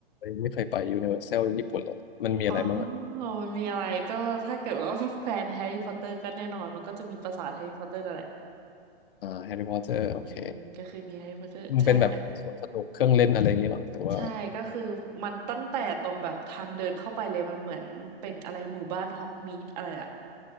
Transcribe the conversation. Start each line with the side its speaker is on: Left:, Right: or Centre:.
Left: ไม่เคยไปยูนิเวอร์แซลญี่ปุ่นเลยมันมีอะไรบ้างอ่ะ
Right: อ๋อมันมีอะไรก็ถ้าเกิดว่า <laughs> แฟนแฮร์รี่พอตเตอร์ก็แน่นอนมันก็จะมีปราสาทแฮร์รี่พอตเตอร์นั่นแหละ
Left: อ่าแฮร์รี่พอตเตอร์โอเค
Right: อืมก็คือมีแฮร์รี่พอตเตอร์ใช่อัน
Left: มันเป็นแบบสวนสนุกเครื่องเล่นอะไรอย่างงี้เหรอแต่ว่า
Right: ใช่ก็คือมันตั้งแต่ตรงแบบทางเดินเข้าไปเลยมันเหมือนเป็นอะไรหมู่บ้านฮอกมีดอะไรอะ